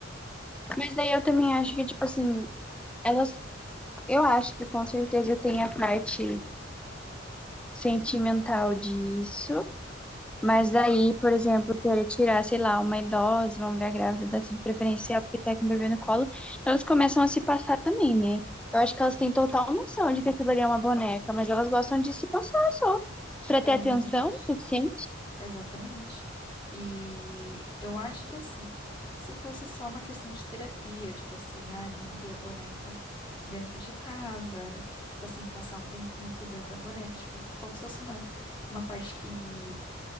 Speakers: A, in the centre; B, on the left (about 25°).
A: Mas daí eu também acho que, tipo assim, elas, eu acho que com certeza tem a parte sentimental disso, mas daí, por exemplo, querer tirar, sei lá, uma idosa, uma mulher grávida da assim, preferencial porque tá com o bebê no colo, elas começam a se passar também, né? Eu acho que elas têm total noção de que aquilo ali é uma boneca, mas elas gostam de se passar só, pra
B: É,
A: ter atenção
B: realmente.
A: suficiente.
B: Exatamente. E eu acho que assim, se fosse só uma questão de terapia, tipo assim, ai, manter a boneca dentro de casa, tipo assim, passar um tempinho cuidando da boneca, tipo, como se fosse uma, uma parte que